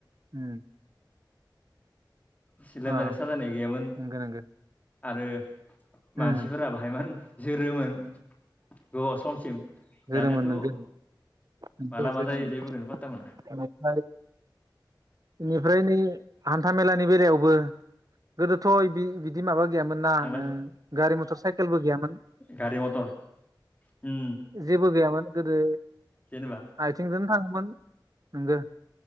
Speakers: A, on the right; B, on the left.
A: <unintelligible>
B: बिसि लोमजानाय
A: अ
B: साजानाय गैयामोन।
A: नंगौ नंगौ
B: आरो मानसिफोरा
A: उम
B: बाहायमोन जोरोमोन गोबाव समसिम।
A: जोरोमोन
B: दानियाथ'
A: नंगो नोंगो
B: माला मा
A: जोरोमोन
B: जायो जेबोखौनो
A: <unintelligible>
B: पात्ता मोना
A: बेनिफ्राय निय हान्था मेलानि बेलायावबो गोदोथ' इदि बिदि माबा गैयामोन ना
B: थांलाय
A: ओ गारि मथर साइकेलबो गैयामोन।
B: गारि मटर ओम।
A: जेबो गैयामोन। गोदो
B: जेनेबा
A: आथिंजोंनो थाङोमोन। नोंगो